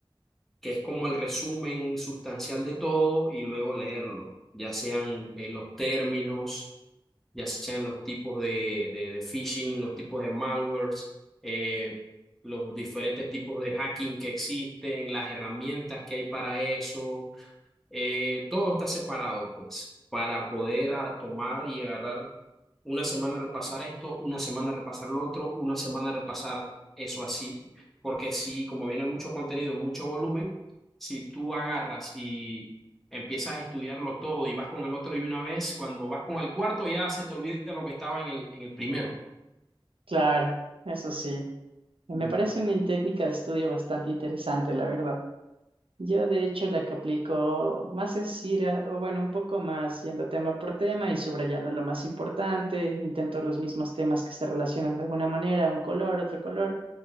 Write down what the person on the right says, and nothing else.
Claro, eso sí. Me
parece una técnica de estudio bastante interesante, la verdad. Yo, de hecho, la que aplico más es ir, a- o bueno, un poco más yendo tema por tema y subrayando lo más importante. Intento los mismos temas que se relacionan de alguna manera, un color, otro color.